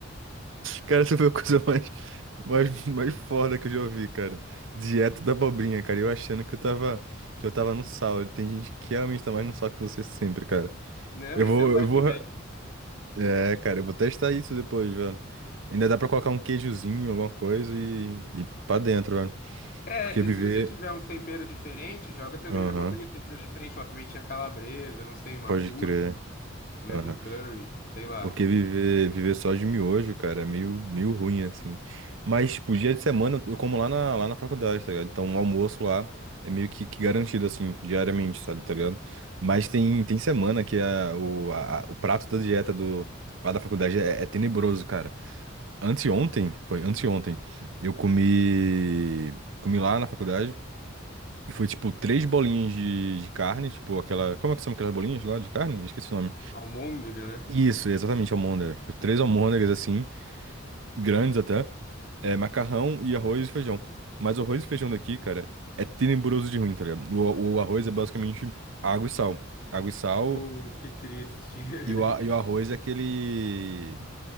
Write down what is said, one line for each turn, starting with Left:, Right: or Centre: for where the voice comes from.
Right: Cara, essa foi a coisa mais, mais, mais foda que eu já ouvi, cara. Dieta da abobrinha, cara. Eu achando que eu tava. Que eu tava no sal. Tem gente que realmente tá mais no sal que você sempre, cara.
Left: Não,
Right: Eu
Left: esse
Right: vou,
Left: é um life
Right: eu vou.
Left: hack.
Right: É, cara, eu vou testar isso depois, velho. Ainda dá pra colocar um queijozinho, alguma coisa e, e pra dentro, velho.
Left: É,
Right: Porque
Left: de-
Right: viver.
Left: se você tiver uns temperos diferentes, joga também
Right: Aham,
Left: na abobrinha, uns temperos diferentes, tipo, uma pimentinha calabresa, não sei, uma
Right: pode
Left: cúrcuma,
Right: crer.
Left: né,
Right: Aham.
Left: um curry, sei lá.
Right: Porque viver, viver só de miojo, cara, é meio, meio ruim, assim. Mas, tipo, dia de semana eu como lá na, lá na faculdade, tá ligado? Então o almoço lá é meio que, que garantido, assim, diariamente, sabe, tá ligado? Mas tem, tem semana que a, o, a- a- o prato da dieta do, lá da faculdade é é tenebroso, cara. Anteontem, foi anteontem, eu comi, comi lá na faculdade e foi tipo três bolinhas de, de carne, tipo aquela, como é que são aquelas bolinhas lá de carne? Esqueci o nome.
Left: Almôndega, né?
Right: Isso, exatamente, almôndega. Foi três almôndegas assim, grandes até, é, macarrão e arroz e feijão. Mas o arroz e feijão daqui, cara, é tenebroso de ruim, tá ligado? O, o arroz é basicamente água e sal. Água e sal
Left: Pô, que triste. <laughs>
Right: e o, a- e o arroz é aquele